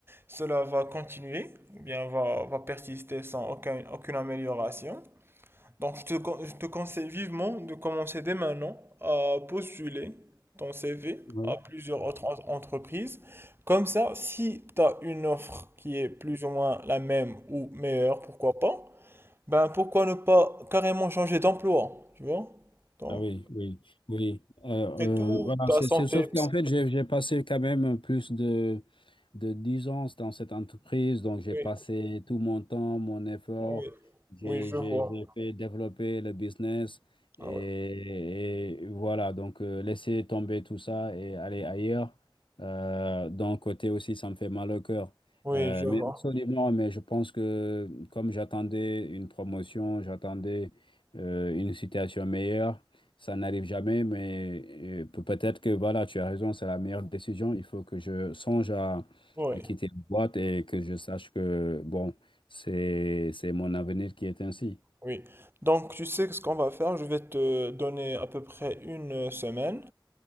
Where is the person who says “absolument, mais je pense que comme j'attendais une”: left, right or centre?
Left